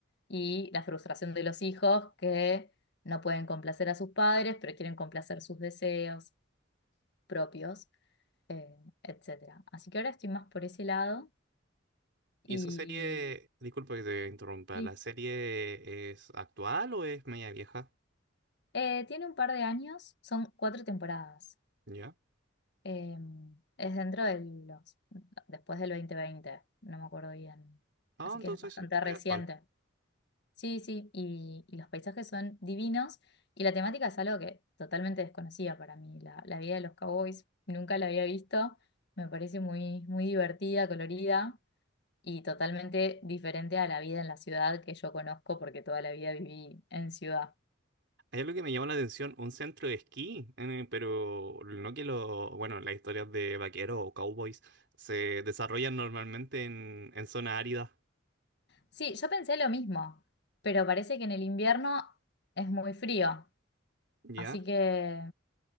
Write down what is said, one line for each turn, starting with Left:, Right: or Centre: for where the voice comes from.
Left: y la frustración de los hijos que no pueden complacer a sus padres, pero quieren complacer sus deseos propios, eh, etcétera. Así que ahora estoy más por ese lado
Right: ¿Y
Left: y
Right: esa serie, disculpa que te interrumpa,
Left: y,
Right: ¿la serie es actual o es media vieja?
Left: eh, tiene un par de años, son cuatro temporadas.
Right: Ya.
Left: Eh, es dentro de los, después del 2020 no me acuerdo bien.
Right: Ah,
Left: Así
Right: entonces
Left: que es bastante
Right: es
Left: reciente.
Right: actual.
Left: Sí, sí, y, y los paisajes son divinos y la temática es algo que totalmente desconocía para mí. La, la vida de los cowboys nunca la había visto. Me parece muy, muy divertida, colorida y totalmente diferente a la vida en la ciudad que yo conozco porque toda la vida viví en ciudad.
Right: Hay algo que me llama la atención, un centro de esquí, eh, pero no que lo, bueno, las historias de vaqueros o cowboys se desarrollan normalmente en, en zonas áridas,
Left: Sí, yo pensé lo mismo, pero parece que en el invierno es muy frío.
Right: ¿ya?
Left: Así que